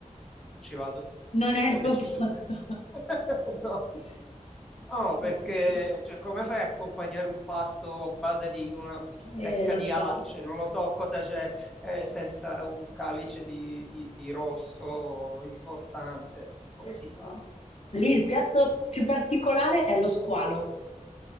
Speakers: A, in the centre; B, on the left.
A: non ci vado.
B: Non è
A: Ho
B: il tuo
A: deciso.
B: posto.
A: <laughs> No.
B: <laughs>
A: No, perché
B: Sì, sì, sì.
A: cioè, come fai a accompagnare un pasto a base di una bistecca
B: Eh, lo
A: di
B: so,
A: alce? Non lo so cosa c'è eh, senza un calice di, di- di rosso importante. Come
B: eh,
A: si
B: lo
A: fa?
B: so. Lì il piatto più particolare è lo squalo.